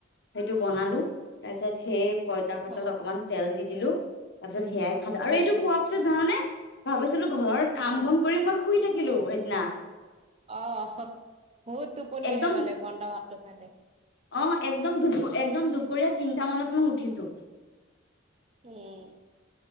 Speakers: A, on the left; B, on the right.
A: সেইটো বনালো তাৰপিছত সেই পইতা ভাতত
B: অ',
A: অকমান তেল দি দিলো, তাৰপিছত সেয়াই খালো। আৰু
B: উম
A: এইটো খোৱা জানানে ভাবিছিলো ঘৰৰ কাম
B: উম
A: বন কৰি মই শুই থাকিলো সেইদিনা।
B: অ বহুত টোপনি
A: একদম
B: আহে মানে বন্তা ভাতটো খালে।
A: অ একদম দু একদম দুপৰীয়া তিনিটা মানত মই উঠিছো।
B: উম।